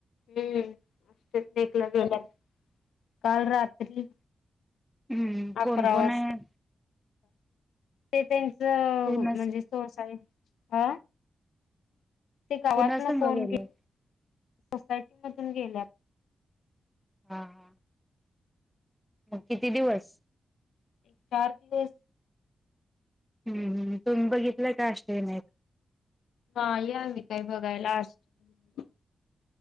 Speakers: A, on the left; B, in the centre.
A: हम्म. <unintelligible> गेल्यात. काल रात्री
B: ह अ
A: अकरा
B: कोण कोण
A: वाजता
B: हायं?
A: ते ते. ज
B: कोणा
A: म्हणजे तो असायं. आ ते गावात
B: कोणा
A: ना
B: संग
A: कोण
B: गेलाय
A: गे सोसायटी मधून गेल्यात
B: हा हा किती दिवस
A: एक चार दिवस
B: हम्मम् तुम्ही बघितलंय का अष्टविनायक
A: ह या मी काय बघायला असत